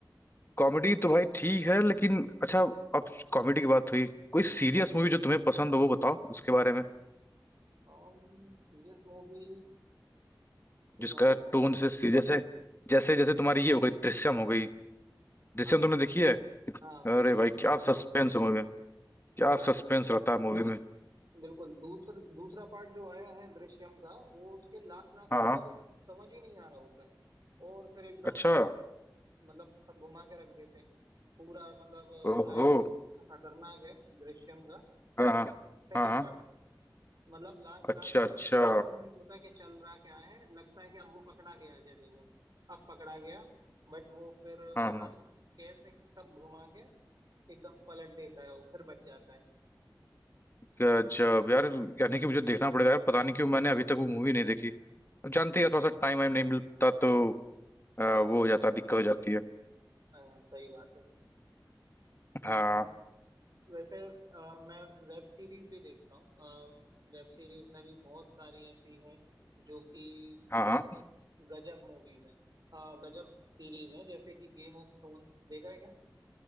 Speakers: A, on the left; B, on the right.
A: कॉमेडी तो भाई ठीक है लेकिन अच्छा अब कॉमेडी की बात हुई कोई सीरियस मूवी जो तुम्हें पसंद हो वो बताओ उसके बारे में
B: um, सीरियस मूवी के
A: जिसका
B: बारे में
A: टोन जैसे सीरियस है जैसे जैसे तुम्हारी ये हो गई दृश्यम हो गई दृश्यम
B: अरे
A: तुमने
B: हाँ
A: देखी है
B: हाँ मैंने
A: अरे भाई
B: दोनों
A: क्या
B: पार्ट
A: सस्पेंस
B: देखे
A: मूवी में क्या
B: मैं
A: सस्पेंस रहता है मूवी में
B: बिल्कुल दूसर दूसरा पार्ट जो आया है दृश्यम का वो उसके लास्ट लास्ट
A: हाँ
B: तक
A: हाँ
B: तो कुछ समझ ही नहीं आ रहा होता है और फिर एकदम
A: अच्छा
B: अचानक मतलब सब घुमा के रख देते हैं पूरा मतलब
A: ओहो
B: क्लाइमेक्स इतना खतरनाक है दृश्यम का
A: हाँ हाँ
B: सेकंड
A: हाँ हाँ
B: पार्ट मतलब लास्ट
A: अच्छा
B: लास्ट तक
A: अच्छा
B: कुछ पता ही नहीं होता कि चल रहा क्या है लगता है कि अब वो पकड़ा गया अजय देवगन अब पकड़ा गया बट वो फिर
A: हाँ
B: पता
A: हाँ
B: नहीं कैसे सब घुमा के एकदम पलट देता है वो फिर बच जाता है
A: गजब यार यानी कि मुझे देखना पड़ेगा यार पता नहीं क्यों मैंने अभी तक वो मूवी नहीं देखी अब जानते हैं थोड़ा सा टाइम वाइम नहीं मिलता तो अ, वो
B: हाँ हाँ
A: हो जाता दिक्कत हो जाती है
B: हाँ, हाँ, सही बात है अम,
A: हाँ
B: वैसे अ, मैं वेब सीरीज भी देखता हूँ वेब सीरीज में भी बहुत सारी ऐसी हैं जो कि
A: हाँ हाँ।
B: बहुत गजब मूवीज हैं अ, गजब सीरीज हैं जैसे कि गेम ऑफ थ्रोन्स देखा है क्या